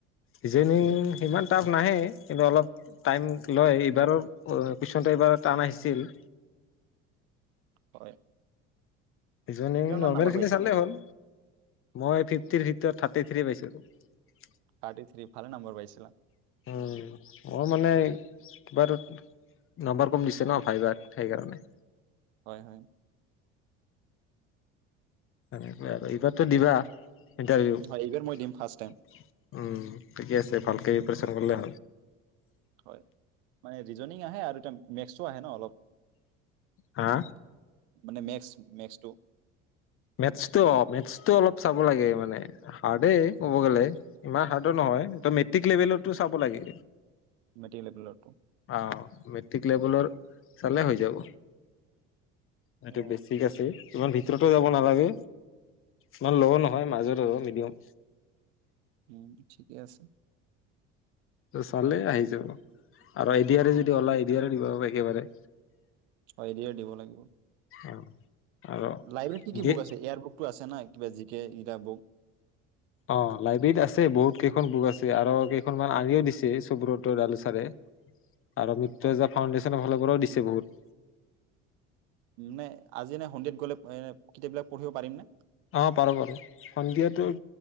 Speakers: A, on the left (about 40°); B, on the right (about 70°).
A: ৰিজনিং সিমান টাফ নাহে কিন্তু অলপ টাইম লয় এইবাৰৰ কুৱেশ্যনটো এইবাৰ টান আহিছিল
B: হয়
A: বিজনে
B: কিমান
A: নৰ্মেল
B: মান নাম্বাৰ
A: খিনি
B: পাইছিলা
A: চালে হ'ল, মই ফিফটিৰ ভিতৰত থাকো টিথ্ৰী পাইছিলো। উম,
B: থাৰ্টি থ্ৰী ভালে নাম্বাৰ পাইছিলা
A: মই মানে কিবাটোত নম্বৰ কম দিছে ন? ভাইবাৰ সেইকাৰণে।
B: হয়, হয়।
A: <unintelligible> এইবাৰতো দিবা? ইনটাৰভিউ। উম,
B: হয় এইবাৰ মই দিম ফাৰ্ষ্ট টাইম
A: ঠিকে আছে ভালকে‌ <unintelligible> <unintelligible> হ'ল।
B: হয়, মানে ৰিজনিং আহে আৰু এত মেটচো আহে ন অলপ?
A: হা?
B: মানে মেক্স, মেক্সটো
A: মেথছটো অ', মেথছটো অলপ চাব লাগে মানে হাৰ্ডেই ক'ব গ'লে ইমান হাৰ্ডো নহয় ত' মেট্ৰিক লেভেলৰতো চাব লাগে।
B: মেট্ৰিক লেভেলৰটো
A: অহ, মেট্ৰিক লেবেলৰ চালে হৈ যাব। সটো
B: অ
A: বেছিক আছে <unintelligible> <unintelligible> যাব নালাগে, <unintelligible> মাজৰো মিডিয়াম।
B: উম, ঠিকেই আছে।
A: চালে আহি যাব আৰু এ দি য়াৰে যদি ওলাই এ দি য়াৰে দিবা একেবাৰে।
B: অ', এ‌ দি আৰ দিব লাগিব,
A: অ আৰু
B: লাইব্ৰেৰীত কি, কি
A: দিয়ে
B: বুক আছে? এয়াৰ বুকতো আছে না? কিবা জি <unintelligible>
A: অ', লাইব্ৰেৰীত আছে বহুত কেইখন বুক আছে আৰু কেইখনমান আনিও দিছে সুব্ৰত ডালুচাৰে। আৰু মিত্ৰজা
B: হয়
A: ফাউণ্ডেশ্যনৰ ফালৰ পৰাও দিছে বহুত।
B: নে আজি এনে সন্ধিয়াত গ'লে এ কিতাপ বিলাক পঢ়িব পাৰিম নে?
A: অ', পাৰ বাৰু সন্ধিয়াটো,